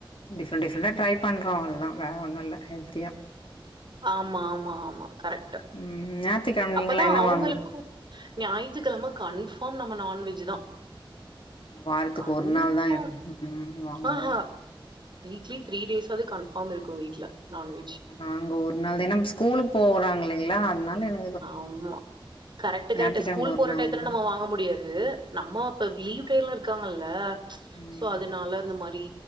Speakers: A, on the left; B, on the right.
A: டிஃரண்ட் டிஃப் அதா ட்ரை பண்றோ அவள்தா வேற ஒன்னுல்ல ஹெல்த்தியா
B: ஆமா ஆமா ஆமா கரெக்ட்டு
A: ம் ஞாயித்துக்கிழம நீங்கலாம்
B: அப்பதா
A: என்ன
B: அவுங்களுக்கு
A: வாங்குவீங்க?
B: ஞாயித்துக்கிழம கன்ஃபார்ம் நம்ம நான்வெஜ் தா
A: வாரத்துக்கு
B: கன்ஃபார்ம்
A: ஒரு நாள் தா ம் ம் வாங்குவோ
B: ஆஹா வீக்லி
A: இல்லைங்களா
B: த்ரீ டேஸ்ஸாவது கன்ஃபார்ம் இருக்கு வீட்ல நான்வெஜ்
A: நாங்க ஒரு நாள் தினம் ஸ்கூலுக்கு போறாங்க இல்லைங்ளா அதனால எனக்
B: ஆமா கரெக்ட்டு
A: ஞாயித்துக்கிழம
B: கரெக்ட்டு ஸ்கூல்
A: ஒரு
B: போற
A: நாள்
B: டையத்துல
A: தா
B: நம்ம வாங்க முடியா து நம்ம இப்ப லீவ் டைல இருக்காங்கல்ல
A: ம்
B: சோ அதனால அந்த மாரி